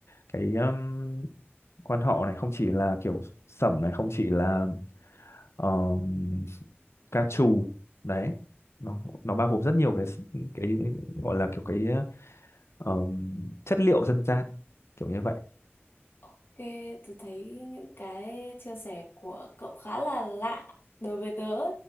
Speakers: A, on the left (about 80°); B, on the left (about 55°).
A: cái um, quan họ này không chỉ là kiểu sẩm này không chỉ là um, ca trù đấy nó nó bao gồm rất nhiều cái cái gọi là kiểu cái um, chất liệu dân gian kiểu như vậy
B: Ok, tôi thấy những cái chia sẻ của cậu khá là lạ đối với tớ.